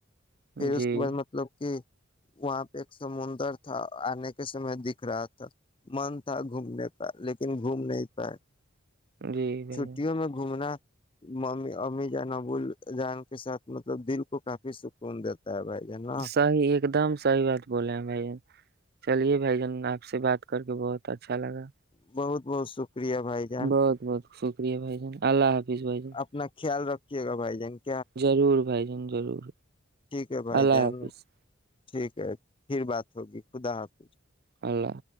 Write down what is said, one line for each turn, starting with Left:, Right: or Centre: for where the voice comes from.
Right: جان۔
Left: پھر
Right: جی
Left: اس کے بعد مطلب کہ وہاں پہ ایک سمندر تھا آنے کے سمے دکھ رہا تھا من تھا گھومنے کا لیکن گھوم نہیں ب <unintelligible>
Right: جی بھائی
Left: چھٹیوں
Right: جان
Left: میں گھومنا م امی جان ابوال جان کے ساتھ مطلب دل کو کافی سکون دیتا ہے بھائی جان نا
Right: سی ایک دم سحی بات بولے ہیں بھائی چلیے بھائی جان آپ سے بات کر کے بہت اچھاء لگا
Left: بہت بہت س شکریہ بھائی جان
Right: بہت بہت شکریہ بھائی جان اللہ حافظ بھائی جان
Left: اپنا خیال رکھ کے گا بائی جائ گ
Right: ضرور بھائی جن ضرور
Left: ٹھیک ہے بھائی
Right: اللہ
Left: جان
Right: حافظ
Left: گا ٹھیک ہے پھر بات ہوگی خدا حافظ
Right: اللہ